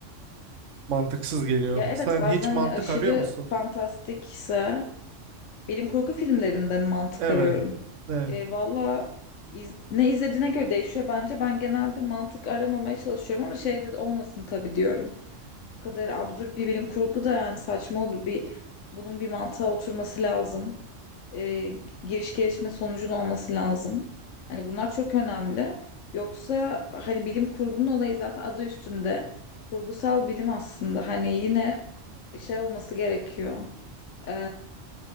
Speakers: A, on the right; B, on the left.
A: Mantıksız geliyor.
B: Ya evet
A: Sen
B: bazen
A: hiç mantık
B: hani aşırı
A: arıyor musun?
B: fantastikse bilim kurgu filmlerinde mantık
A: Evet.
B: arıyorum.
A: Evet.
B: E, valla iz- ne izlediğine göre değişiyor bence. Ben genelde mantık aramamaya çalışıyorum ama şey de olmasın tabii diyorum. Bu kadar absürt bir bilim kurgu da yani saçma olur. Bir, bunun bir mantığa oturması lazım. Ee, giriş gelişme sonucun olması lazım. Hani bunlar çok önemli. Yoksa hani bilim kurgunun olayı zaten adı üstünde. Kurgusal bilim aslında. Hani yine şey olması gerekiyor. Ee,